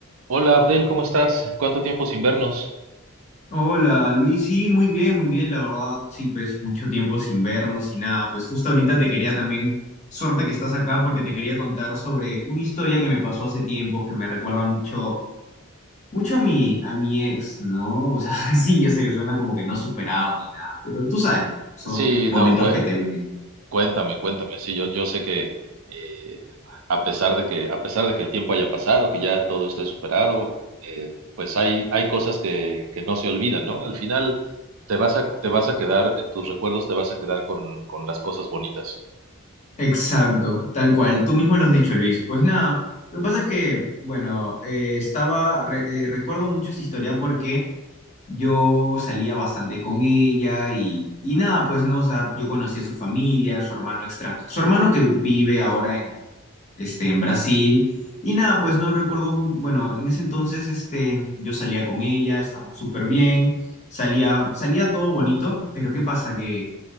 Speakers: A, on the right (about 80°); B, on the left (about 35°).
A: Hola Abdel, ¿cómo estás? ¿Cuánto tiempo sin vernos?
B: Hola Luis, sí, muy bien, muy bien, la verdad, sí, pues mucho tiempo sin vernos y nada, pues justo ahorita te quería también, suerte que estás acá porque te quería contar sobre una historia que me pasó hace tiempo que me recuerda mucho, mucho a mi, a mi ex, ¿no? O sea, <laughs> sí, yo sé, suena como que no superado ni nada, pero tú sabes, pues, son
A: Sí,
B: momentos
A: no, cué-
B: Sí, que te vienen.
A: cuéntame, cuéntame. Sí, yo, yo sé que eh, a pesar de que, a pesar de que el tiempo haya pasado, que ya todo esté superado, eh, pues hay, hay cosas que, que no se olvidan, ¿no? Al final te vas a, te vas a quedar, en tus recuerdos te vas a quedar con, con las cosas bonitas,
B: Exacto, tal cual, tú mismo lo has dicho Luis, pues nada, lo que pasa es que, bueno, eh, estaba, re- eh, recuerdo mucho esta historia porque... Yo salía bastante con ella y, y nada, pues no, o sea, yo conocí a su familia, su hermano extranjero, su hermano que vive ahora en, este, en Brasil y nada, pues no recuerdo muy, bueno, en ese entonces, este, yo salía con ella, estábamos súper bien, salía, salía todo bonito, pero ¿qué pasa? Que